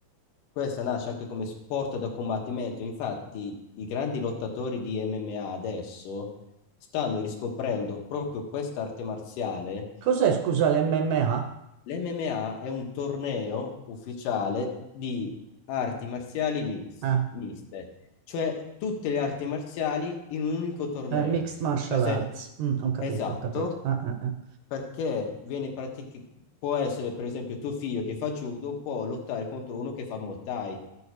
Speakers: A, on the left; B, on the right.
A: questa nasce anche come sport da combattimento. Infatti, i grandi lottatori di MMA adesso stanno riscoprendo proprio questa arte marziale.
B: Cos'è, scusa, l'MMA?
A: L'MMA è un torneo ufficiale di arti marziali mix-
B: Ah,
A: miste, cioè tutte le arti marziali in un unico torneo.
B: eh, Mixed Martial
A: Per esempio,
B: Arts. Mm, ho capito,
A: esatto,
B: ho capito. Ah, ah, ah.
A: perché viene pratic- può essere, per esempio, tuo figlio che fa judo può lottare contro uno che fa Muay Thai.